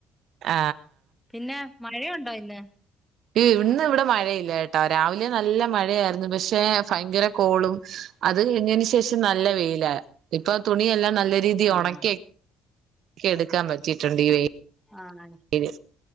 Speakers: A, on the right; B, in the centre.
A: ആ
B: പിന്നെ മഴയുണ്ടോ ഇന്ന്
A: ഇന്ന് ഇവിടെ മഴയില്ലട്ടോ രാവിലെ നല്ല മഴയായിര്ന്നു പക്ഷെ ഭയങ്കര കോളും അത് കഴിഞ്ഞന് ശേഷം നല്ല വെയില ഇപ്പൊ തുണിയെല്ലാം നല്ല രീതീൽ
B: ആഹ്
A: ഒണക്കി ക്കെടുക്കാൻ പറ്റിട്ടുണ്ട് ഈ വെയിലില്
B: ആഹ്
A: ഇ